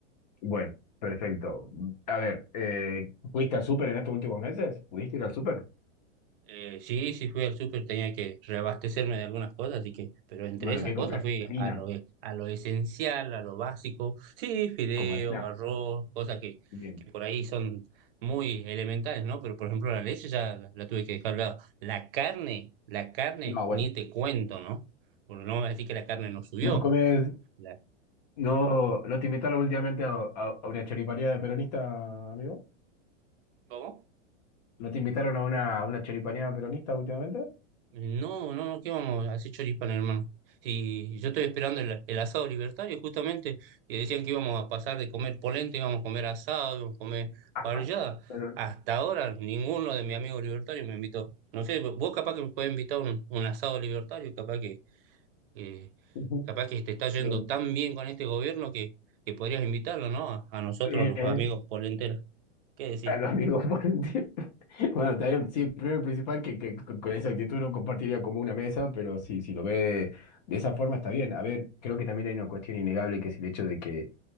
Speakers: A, on the left (about 35°); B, on the right (about 50°).
A: Bueno, perfecto. A ver, eh, ¿fuiste al súper en estos últimos meses? ¿Pudiste ir al súper?
B: Eh, sí, sí fui al súper, tenía que reabastecerme de algunas cosas, así que, pero entre
A: Bueno,
B: esas
A: ¿qué
B: cosas
A: compraste?
B: fui
A: ¿Harina?
B: a lo, e- a lo esencial, a lo básico, sí, fideo,
A: ¿Con harina?
B: arroz, cosas que,
A: Bien.
B: que por ahí son muy elementales, ¿no? Pero por ejemplo la leche ya la, la tuve que dejar de lado. La carne, la carne,
A: No, bueno.
B: ni te cuento, ¿no? Porque no me vas a decir que la carne no subió.
A: No comes.
B: La,
A: No, no te invitaron últimamente a, a- a una choripaneada peronista, amigo.
B: ¿cómo?
A: ¿No te invitaron a una, a una choripaneada peronista últimamente?
B: No, no, no, ¿qué vamos a hacer choripán, hermano? Si yo estoy esperando el, el asado libertario, justamente, que decían que íbamos a pasar de comer polenta, íbamos a comer asado, íbamos a comer
A: Ajá.
B: parrillada.
A: Pero-
B: Hasta ahora ninguno de mis amigos libertarios me invitó. No sé, vos capaz que me puedes invitar un, un asado libertario, capaz que, eh,
A: <laughs>
B: capaz que te está yendo
A: Bien.
B: tan bien con este gobierno que, que podrías invitarlo, ¿no? A, a nosotros
A: Bien.
B: los amigos polenteros. ¿Qué decís?
A: A los amigos por el tiempo. <laughs> Bueno, también, sí, primero y principal que, que con con esa actitud no compartiría como una mesa, pero sí, si lo ve de esa forma está bien. A ver, creo que también hay una cuestión innegable que es el hecho de que